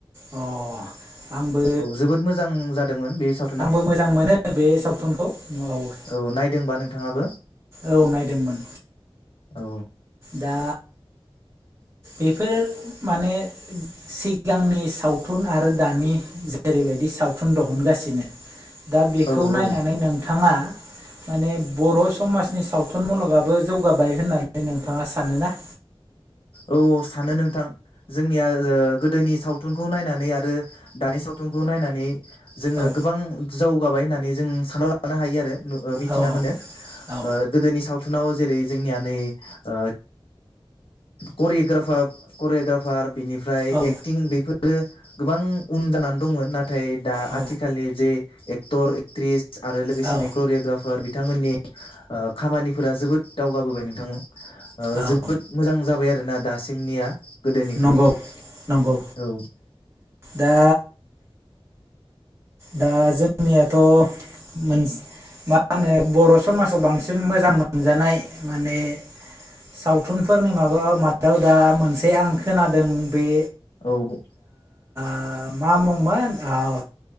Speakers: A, on the right; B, on the left.
A: अ आंबो
B: औ जोबोद मोजां जादोंमोन बे सावथुना
A: आंबो मोजां मोनो बे सावथुनखौ औ।
B: औ नायदोंबा नोंथाङाबो
A: औ नायदोंमोन।
B: औ।
A: दा बेफोर माने सिगांनि सावथुन आरो दानि जेरैबायदि साव सावथुन दिहुनगासिनो। दा बेखौ
B: औ
A: नायनानै
B: औ
A: नोंथाङा माने बर' समाजनि सावथुन मुलुगाबो जौगाबाय होननानै नों थाङा सानो ना?
B: औ औ सानो नोंथां जोंनिया ओ गोदोनि साव थुनखौ नायनानै आरो दानि सावथुनखौ नायनानै जोङो
A: औ
B: गोबां जौगाबाय होननानै जों सानना लानो हायो आरो ओ मिथिना
A: औ
B: मोनो।
A: औ
B: ओ गोदोनि साव थुनाव जेरै जोंनिया नै ओ करिग्राफार करिय'गाफार बिनि फ्राय
A: औ
B: एक्टिं बेफोरो गोबां उन जानानै दंमोन। नाथाय दा
A: औ
B: आथिखालनि जे एक टर एक्ट्रिस आरो लोगोसेनो
A: औ
B: करिय'ग्राफार बि थांमोननि ओ खामानिफोरा जोबोद दावगाबोबाय नोंथांमो।
A: औ
B: जोबोद मोजां जाबाय आरो ना दासिमनिया। गोदोनिख्रुइ
A: नंगौ नंगौ
B: औ
A: दा दा जोंनियाथ' मोनस मा होनो बर' समाजाव बांसिन मोजां मोनजानाय माने सावथुनफोरनि माबायाव माबायाव दा मोनसे आं खोनादों बे
B: औ ब
A: ओ मा मुंमोन ओ